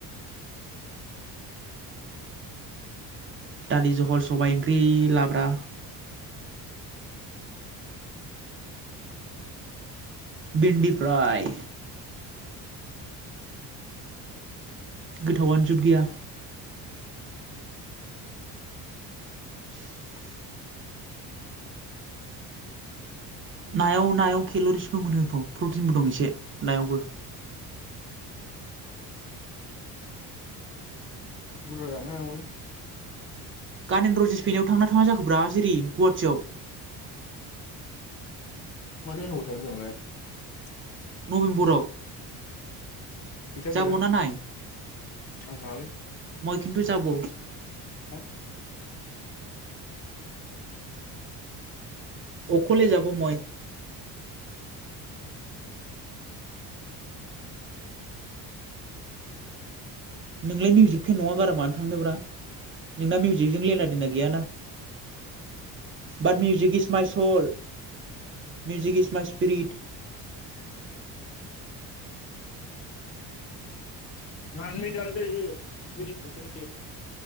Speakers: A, on the right; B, on the left.
A: दालि जहल सबाय ओंख्रि लाब्रा भिन्डि प्राय गोथावानो जुद गैया <inaudible> नायाव नायाव केल'रिसबो मोनोथ' प्रटिनबो दं एसे नायावबो <inaudible>
B: बुरजा जानो हानांगौलै
A: गानेन रजिस फैनायाव थांना थाङा जाखोब्रा जेरै गुवाहाटियाव
B: मा जानांगौ <unintelligible>
A: नबेम्बराव
B: फैसा
A: जाब
B: गैया
A: ना नाय
B: आं थाङालै
A: मइ खिन्थु जाब
B: थां
A: अखले जाब मय नोंलाय मिउजिक फेन नङा गारा मानो थांनोब्रा नोंना मिउजिकजों लेना देना गैयाना but music is my soul music is my spirit
B: <unintelligible> सि बसुरि के